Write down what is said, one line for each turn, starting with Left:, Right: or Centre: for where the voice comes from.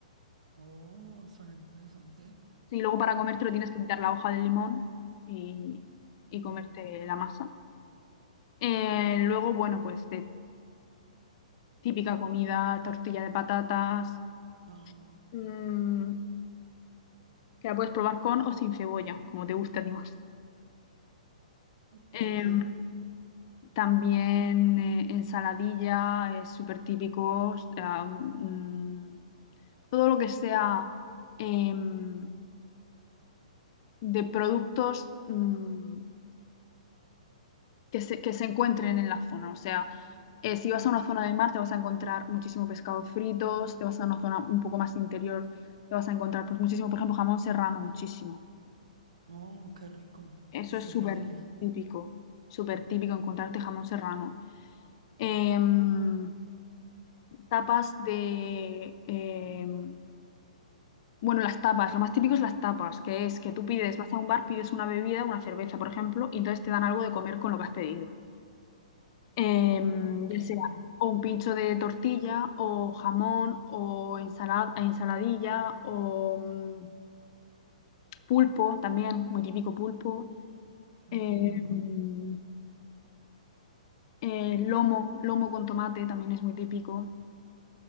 Right: Oh, suena interesante.
Left: Y luego para comértelo tienes que quitar la hoja del limón y, y
Right: Ujú.
Left: comerte la masa. Eh, luego, bueno, pues de típica comida, tortilla de patatas,
Right: Ajá.
Left: mm, que la puedes probar con o sin cebolla, como te guste a ti más. Em,
Right: Ok.
Left: También eh, ensaladilla, es súper típico. ah, mm, todo lo que sea em, de productos mm, que se, que se encuentren en la zona. O sea, eh, si vas a una zona de mar, te vas a encontrar muchísimo pescado fritos, te vas a una zona un poco más interior, te vas a encontrar pues muchísimo, por ejemplo, jamón serrano, muchísimo.
Right: Oh, qué rico.
Left: Eso
Right: Estaría
Left: es súper
Right: deli.
Left: típico, súper típico encontrarte jamón serrano. Em, tapas de, em, Bueno, las tapas, lo más típico es las tapas, que es que tú pides,
Right: Ujú.
Left: vas a un bar, pides una bebida, una cerveza, por ejemplo, y entonces te dan algo de comer con lo que has pedido. Em,
Right: Ok.
Left: ya sea o un pincho de tortilla, o jamón, o ensalada, ensaladilla, o mm, pulpo, también, muy típico pulpo.
Right: Mm.
Left: Em, eh, lomo, lomo con tomate, también es muy típico.